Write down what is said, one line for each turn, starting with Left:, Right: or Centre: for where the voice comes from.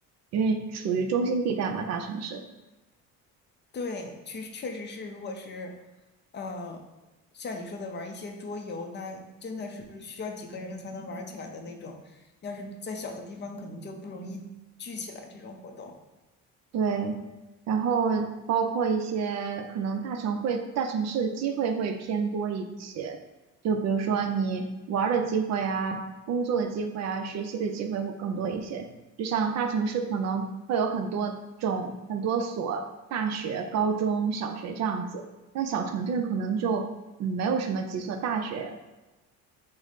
Right: 因为处于中心地带嘛，大城市。
Left: 对，确实确实是，如果是，呃，像你说的玩一些桌游，那真的是需要几个人才能玩起来的那种。要是在小的地方，可能就不容易聚起来这种活动。
Right: 对，然后包括一些可能大城会大城市的机会会偏多一些，就比如说你玩儿的机会啊、工作的机会啊、学习的机会会更多一些。就像大城市可能会有很多种、很多所大学、高中小学这样子，但小城镇可能就嗯没有什么几所大学。